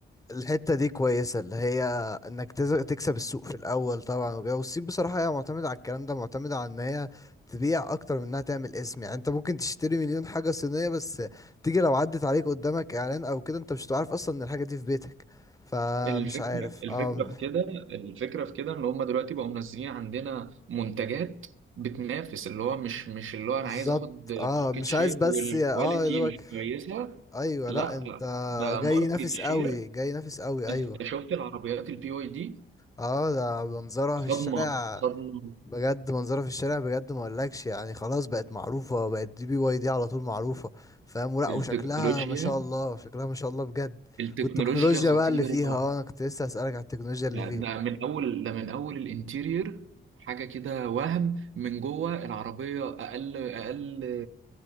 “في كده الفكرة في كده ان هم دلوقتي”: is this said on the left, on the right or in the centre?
Right